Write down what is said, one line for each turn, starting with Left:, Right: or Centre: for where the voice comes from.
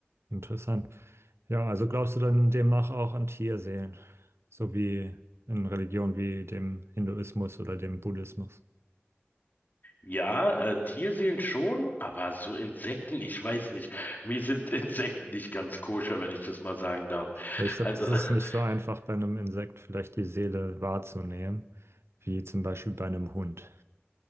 Right: interessant. Ja, also glaubst du dann demnach auch an Tierseelen, so wie in Religionen wie dem Hinduismus oder dem Buddhismus?
Left: Ja, äh, Tierseen schon, aber so Insekten, ich weiß nicht. Mir sind <laughs> Insekten nicht ganz koscher, wenn ich das mal sagen darf.
Right: Ja, ich glaube,
Left: Also,
Right: das
Left: <laughs>
Right: ist nicht so einfach bei einem Insekt vielleicht die Seele wahrzunehmen, wie zum Beispiel bei einem Hund.